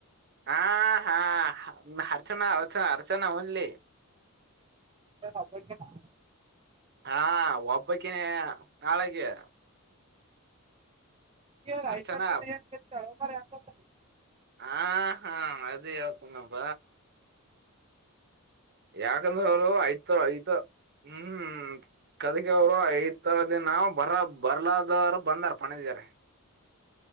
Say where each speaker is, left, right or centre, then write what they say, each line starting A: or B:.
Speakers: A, on the right; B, on the right.
A: ಹಾ ಹಾ ಅರ್ಚನಾ ಅರ್ಚನಾ ಅರ್ಚನಾ ಹನ್ಲಿ
B: ಅ ಬಪಕನಾ
A: ಹಾ ಒಬ್ಬಕ ನಾಳೆಗೆ
B: ರಾಯಚರ್
A: ಅರ್ಚನಾ
B: ಏ ಚಳಂತ
A: ಹಾ ಹಾ ಅದು ಯಾವತ್ತನಬ ಯಾಕಂದ್ರ ಅವರು ಐ್ ತ ಐತ ಹ್ಮ್ ಕದಗ ಅವರು ಐ್ ತರ ದಿನ ಬರ ಬರ್ಲಾದವರು ಬಂದಾರ ಪಂಡದಾರ <unintelligible>